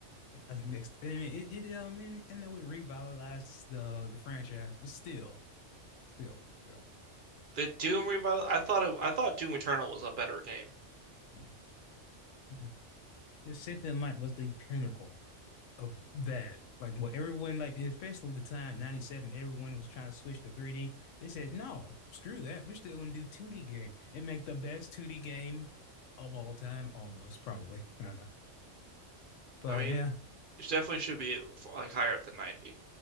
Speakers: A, on the left; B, on the right.
A: I think next, I mean, it, it, I mean, I know it revitalized the the franchise, but still, still, still,
B: the Doom revival. I thought it, I thought Doom Eternal was a better game.
A: yeah. yeah. But Just Cynthia and Mike was the pinnacle of that. Like what everyone, like especially the time '97, everyone was trying to switch to 3D. They said, "No, screw that. We're still gonna do 2D game and make the best 2D game of all time, almost probably. I don't know, but
B: I mean,
A: yeah,
B: it definitely should be like higher up than 90.